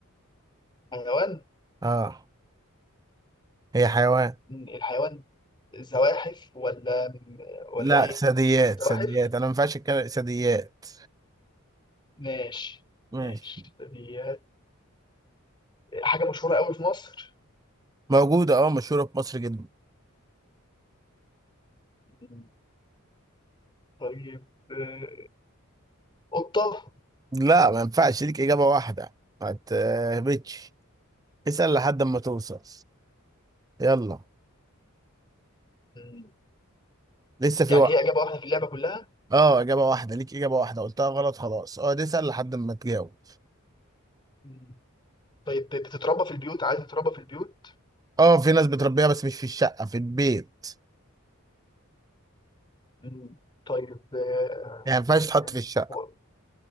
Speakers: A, on the left; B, on the right.
A: حيوان
B: اه هي حيوان
A: مم، الحيوان زواحف ولا ولا
B: لا
A: ايه
B: ثدييات
A: زواحف
B: ثدييات انا ما ينفعش اتكلم ثدييات
A: ماشي
B: ماشي
A: ماشي دي حاجة مشهورة قوي في مصر
B: موجودة اه مشهورة في مصر جدا
A: مم، طيب آه، قطة
B: لا ما ينفعش ليك إجابة واحدة ما تهبطش اسأل لحد ما توصل يلا
A: مم.
B: لسه
A: يعني
B: في وقت
A: هي إجابة واحدة في اللعبة كلها
B: اه إجابة واحدة ليك إجابة واحدة قلتها غلط خلاص اه اسأل لحد ما تجاوب
A: مم. طيب بت- بتتربى في البيوت عايز تتربى في البيوت
B: اه في ناس بتربيها بس مش في الشقة في البيت
A: مم. طيب آه،
B: يعني ما
A: أقول
B: ينفعش
A: لك
B: تحط
A: يعني
B: في الشقة
A: هو